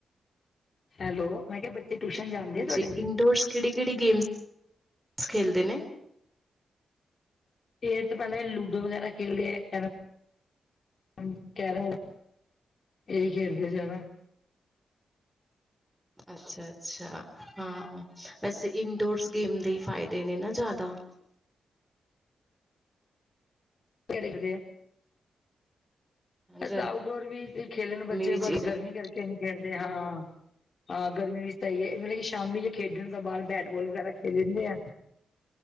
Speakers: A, on the left; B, in the centre.
A: ਹੈਲੋ ਮੈਂ ਕਿਹਾ ਟਿਊਸ਼ਨ
B: ਹਾਂਜੀ
A: ਜਾਂਦੇ ਤੁਹਾਡੇ
B: ਇੰਡੋਰ ਕਿਹੜੀ ਕਿਹੜੀ ਗੇਮਸ? ਬਸ ਖੇਲਦੇ ਨੇ।
A: ਫੇਰ ਤੋਂ ਪਹਿਲਾਂ ਲੂਡੋ ਵਗੈਰਾ ਖੇਡ ਦਿਆ ਫਿਰ ਕੈਰਮ। ਕੈਰਮ, ਇਹੀ ਖੇਡਦੇ ਜਾਅਦਾ।
B: ਅੱਛਾ-ਅੱਛਾ, ਹਾਂ ਵੈਸੇ ਇਨਡੋਰਸ ਗੇਮ ਦੇ ਫਾਇਦੇ ਨੇ ਨਾ ਜ਼ਿਆਦਾ।
A: <unintelligible> ਕਿਹੜੇ ਕਿਹੜੇ ਐ।
B: ਗਰਮੀ
A: ਤਾਂ ਆਊਟਡੋਰ ਵੀ ਖੇਲੇਣ ਬੱਚੇ
B: ਵਿੱਚ
A: ਬਟ
B: ਹੀ ਜਾਂਦੀ
A: ਗਰਮੀ ਕਰਕੇ
B: ਹੈ।
A: ਨਹੀਂ ਖੇਡਦੇ ਹਾਂ। ਹਾਂ ਗਰਮੀ ਵਿੱਚ ਤਾਂ ਇਹੀ ਹੈ ਮਤਲਬ ਕਿ ਸ਼ਾਮੀ ਜ ਖੇਡਣ ਦਾ ਬਾਹਰ ਬੈਠ ਫੁੱਟਬਾਲ ਵਗੈਰਾ ਖੇਲ ਲੈਂਦੇ ਆ।